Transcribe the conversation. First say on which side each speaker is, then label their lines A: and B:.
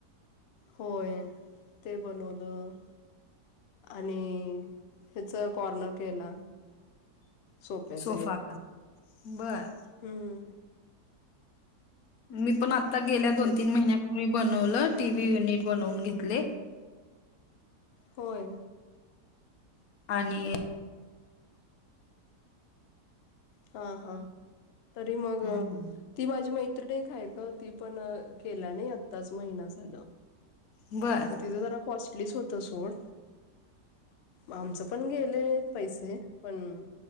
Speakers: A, on the left (about 80°); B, on the left (about 65°).
A: होय ते बनवलं. आणि हेच कॉर्नर केला. सोप्याच
B: सोफाचा
A: एक
B: बर
A: हम्म.
B: मी पण आता गेल्या दोन,
A: तेच
B: तीन महिन्यापूर्वी बनवलं टी व्ही युनिट बनवून घेतले.
A: होय.
B: आणि
A: हां हां तरी मग
B: हम्म.
A: ती माझी मैत्रिणी एक हाय ग ती पण केल्या नाही आत्ताच महिना झाल.
B: बरं.
A: मग तिज जरा कॉस्टलीच होतं सोड. आमचं पण गेले पैसे पण